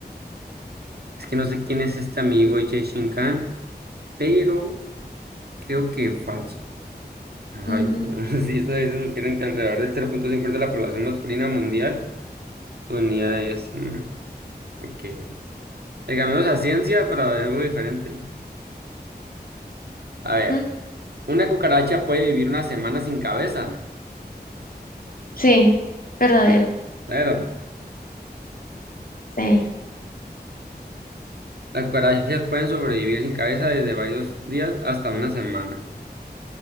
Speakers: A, on the right (about 65°); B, on the left (about 55°).
A: Es que no sé quién es este amigo Gengis Khan, pero creo que falso. Ay,
B: Ujú.
A: no. <laughs> Sí, eso, eso sugieren que alrededor del 0.5% de la población masculina mundial Tu unidad de eso, ¿no? Ok. Le cambiamos a ciencia para ver algo diferente. A ver,
B: Mm,
A: una cucaracha puede vivir una semana sin cabeza.
B: Sí, verdadero.
A: Ver- Claro.
B: Sí,
A: Las cucarachas pueden sobrevivir sin cabeza desde varios días hasta una semana.